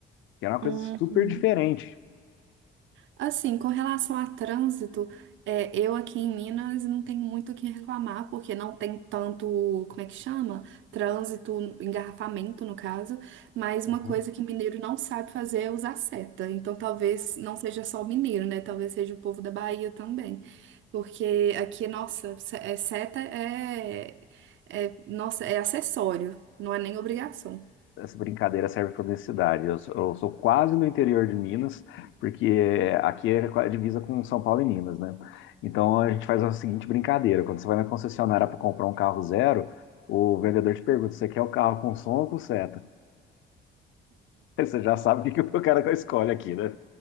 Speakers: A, on the left; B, on the right.
A: que era uma coisa
B: Uhum.
A: super diferente.
B: Assim, com relação a trânsito, é, eu aqui em Minas não tenho muito o que reclamar, porque não tem tanto, como é que chama? Trânsito, engarrafamento no caso, mas
A: Uhum.
B: uma coisa que mineiro não sabe fazer é usar seta. Então talvez não seja só o mineiro, né? Talvez seja o povo da Bahia também. Porque aqui, nossa, se- é, seta é, é, nossa, é acessório, não é nem obrigação.
A: Essa brincadeira serve para minha cidade. Eu sou, eu sou quase no interior de Minas, porque aqui é a divisa com São Paulo e Minas, né? Então a gente faz a seguinte brincadeira: quando você vai na concessionária para comprar um carro zero, o vendedor te pergunta: você quer o carro com som ou com seta? <laughs> Aí Você já sabe o que que o cara <laughs> escolhe aqui, né?